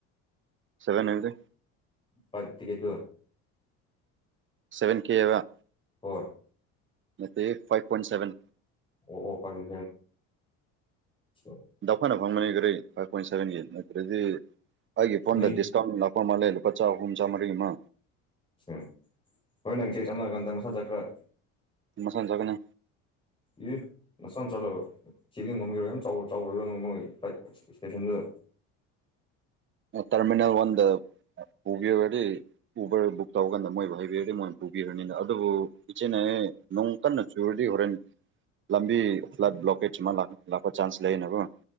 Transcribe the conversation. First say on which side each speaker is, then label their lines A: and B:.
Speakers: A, on the right; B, on the left.
A: ꯁꯕꯦꯟ ꯑꯦꯝꯗꯤ
B: ꯄꯂꯥꯏꯠ ꯇꯤꯛꯀꯦꯠꯀꯤꯔꯥ
A: ꯁꯕꯦꯟ ꯀꯦꯕ
B: ꯍ‌ꯣ
A: ꯅꯠꯇ‌ꯦ ꯐꯥꯏꯚ ꯄꯣꯏꯟ ꯁꯚꯦꯟ
B: ꯑꯣ ꯑꯣ ꯐꯒꯤ <inaudible>
A: ꯗꯥꯎꯈꯅ ꯐꯪꯕꯅꯤ ꯀꯗꯩ ꯐꯥꯏꯚ ꯄꯣꯏꯟꯠ ꯁꯚꯦꯟꯒꯤ ꯅꯠꯇ꯭ꯔꯗꯤ ꯑꯩꯒꯤ ꯐꯣꯟꯗ
B: ꯅꯣꯏ
A: ꯗꯤꯁꯀꯥꯎꯟ ꯂꯥꯛꯄ ꯃꯥꯜꯂꯦ ꯂꯨꯄꯥ ꯆꯥꯛꯍꯨꯝ ꯆꯥꯝꯃꯔꯤ ꯑꯃ
B: ꯎꯝ ꯍꯣꯏ ꯅꯪ ꯁꯤ ꯆꯪꯉꯛꯀꯥꯟꯗ ꯃꯊꯪ ꯆꯠꯀꯔ
A: ꯃꯊꯟ ꯆꯠꯀꯅꯤ
B: ꯑꯦ ꯅꯆꯥ ꯅꯆꯥꯠꯂꯣ ꯆꯦꯡꯖ ꯉꯝꯕꯤꯔꯣ ꯌꯥꯝ ꯆꯥꯎ ꯆꯥꯎꯔꯔꯣ ꯅ ꯅꯣꯏ ꯐ꯭ꯂꯥꯏꯠ ꯏꯁꯇꯦꯁꯟꯗꯨꯗ
A: <unintelligible> ꯇꯔꯃꯤꯅꯦꯜ ꯋꯥꯟꯗ ꯑꯥ ꯄꯨꯕꯤꯔꯨꯔꯗꯤ ꯎꯕꯔ ꯕꯨꯛ ꯇꯧ ꯀꯥꯟꯗ ꯃꯣꯏꯕꯨ ꯍꯥꯏꯕꯤꯌꯨ ꯃꯣꯏ ꯄꯨꯕꯤꯔꯅꯤꯅ ꯑꯗꯨꯕꯨ ꯏꯆꯦꯅ ꯅ‌ꯣꯡ ꯀꯟꯅ ꯆꯨꯔꯗꯤ ꯍꯣꯔꯦꯟ ꯂꯝꯕꯤ ꯐ꯭ꯂꯠ ꯕ꯭ꯂꯣꯀꯦꯖ ꯑꯃ ꯂꯥꯛ ꯂꯥꯛꯄ ꯆꯥꯟꯁ ꯂꯩꯅꯀ‌ꯣ